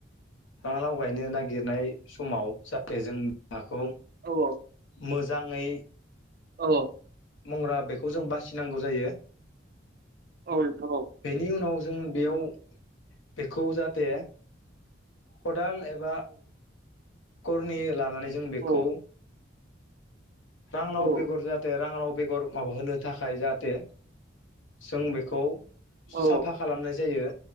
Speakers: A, on the left; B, on the right.
A: राङा लाव गायनो नागिरनाय समाव जाहाथे जों हाखौ
B: औ
A: मोजाङै
B: औ
A: मंग्रा बेखौ जों बासिनांगौ जायो
B: औ नोंथां औ
A: बेनि उनाव जों बेयाव बेखौ जाहाथे खदाल एबा करनि लानानै जों बेखौ
B: औ
A: राङा लाव
B: औ
A: बेगर जाहाथे राङा लाव बेगर माबा होनो थाखाय जाहाथे जों बेखौ साफा
B: औ
A: खालामनाय जायो